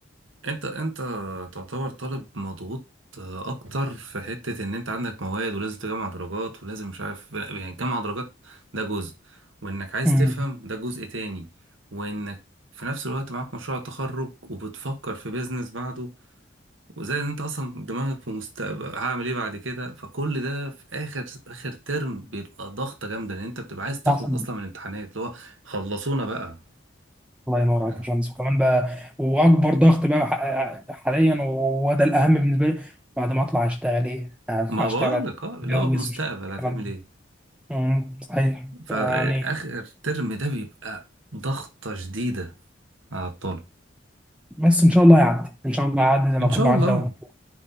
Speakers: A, on the right; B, in the centre.
A: انت انت تعتبر طالب مضغوط اكتر في حتة ان انت عندك مواد ولازم تجمع درجات ولازم مش عارف يعني تجمع درجات ده جزء وانك عايز
B: امم
A: تفهم ده جزء تاني وانك في نفس الوقت معاك مشروع تخرج وبتفكر في بيزنس بعده وزي ان انت اصلا دماغك في مستقبل هعمل ايه بعد كده فكل ده في اخر اخر ترم بيبقى ضغطة جامدة لان انت بتبقى عايز تخلص
B: صح
A: اصلا من الامتحانات اللي هو خلصونا بقى
B: الله ينور عليك
A: آه.
B: يا باشمهندس وكمان بقى واكبر ضغط بقى ح- حاليا وده الاهم بالنسبه لي بعد ما اطلع اشتغل ايه هشتغل
A: ما بقولك اه اللي
B: اتجوز
A: هو مستقبل
B: مش الكلام
A: هتعمل
B: ده
A: ايه
B: امم صحيح
A: فآخر
B: يعني
A: ترم ده بيبقى ضغطة شديدة على الطالب
B: بس ان شاء الله يعدي ان شاء الله يعدي زي ما
A: إن شاء
B: كله عدى
A: الله
B: وتوفيق